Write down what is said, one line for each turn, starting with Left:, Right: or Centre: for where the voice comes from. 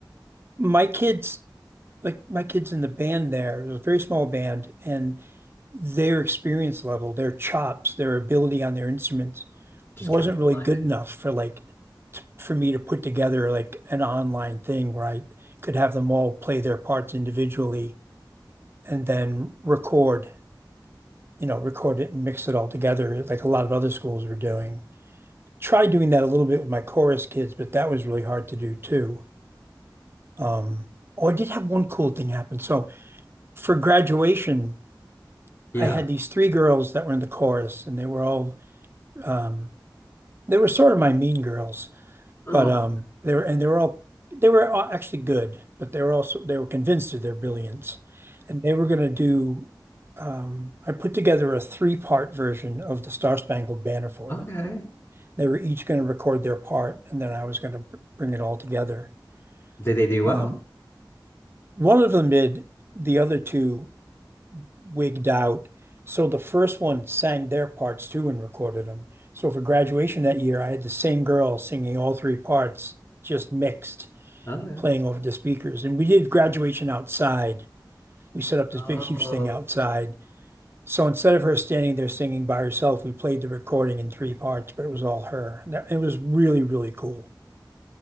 Right: my kids like my kids in the band there. It was a very small band, and their experience level, their chops, their ability on their instruments
Left: Just
Right: wasn't
Left: kept declining.
Right: really good enough for like t- for me to put together like an online thing where I could have them all play their parts individually and then record you know, record it and mix it all together like a lot of other schools were doing. Tried doing that a little bit with my chorus kids, but that was really hard to do too. Um, oh, I did have one cool thing happen. So for graduation,
Left: Yeah.
Right: I had these three girls that were in the chorus, and they were all um, they were sort of my mean girls,
Left: Oh,
Right: but um, they were and they were all they were all actually good, but they were also they were convinced of their brilliance, and they were going to do. Um, I put together a three-part version of the Star Spangled Banner for
Left: okay.
Right: them. They were each going to record their part, and then I was going to bring it all together.
Left: Did they do well?
Right: Um, one of them did, the other two wigged out. So the first one sang their parts too and recorded them. So for graduation that year, I had the same girl singing all three parts, just mixed,
Left: Okay.
Right: playing over the speakers. And we did graduation outside. We set up this
Left: Oh.
Right: big, huge thing outside. So instead of her standing there singing by herself, we played the recording in three parts, but it was all her. And it was really, really cool.